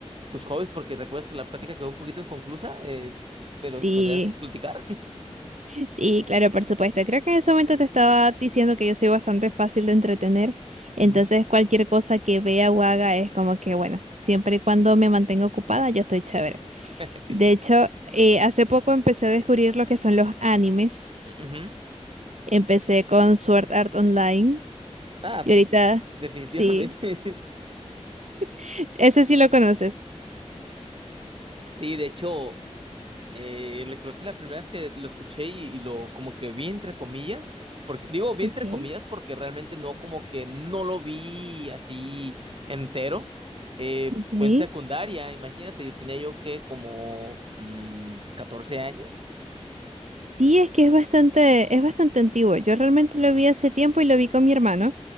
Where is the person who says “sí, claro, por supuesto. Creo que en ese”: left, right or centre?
Right